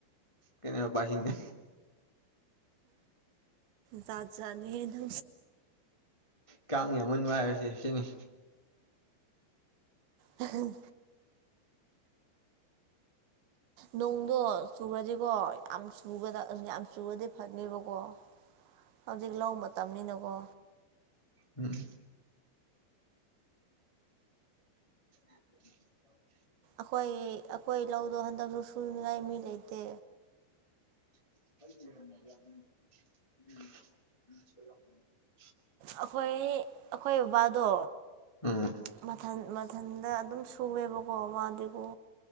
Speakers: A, on the left; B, on the right.
A: ꯀꯩꯅꯕ ꯄꯁꯤꯟꯗ
B: ꯠꯖꯅꯤꯅ
A: ꯀ ꯌꯥꯝ ꯃꯟꯃꯔꯁꯦ ꯁꯤꯅꯤ
B: ꯎ ꯅꯣꯡꯗꯣ ꯆꯨꯔꯗꯤꯀꯣ ꯌꯥꯝꯨ ꯌꯥꯝ ꯆꯨꯔꯗꯤ ꯐꯅꯦꯕꯀꯣ ꯍꯧꯖꯤꯛ ꯂ ꯃꯇꯝꯅꯤꯅꯀꯣ
A: ꯎꯝ <inaudible>
B: ꯑꯩꯈꯣꯏ ꯑꯩꯈꯣꯏ ꯂꯧꯗꯣ ꯍꯟꯗꯛꯁꯨ ꯁꯨꯅꯤꯡꯉꯥꯏ ꯃꯤ ꯂꯩꯇꯦ
A: ꯝ
B: ꯑꯩꯈꯣꯏ ꯑꯩꯈꯣꯏ ꯕꯕꯥꯗꯣ
A: ꯎꯝ
B: ꯃꯊꯟ ꯃꯊꯟꯗ ꯑꯗꯨꯝ ꯁꯨꯋꯦꯕꯀꯣ ꯃꯥꯗꯤꯒꯣ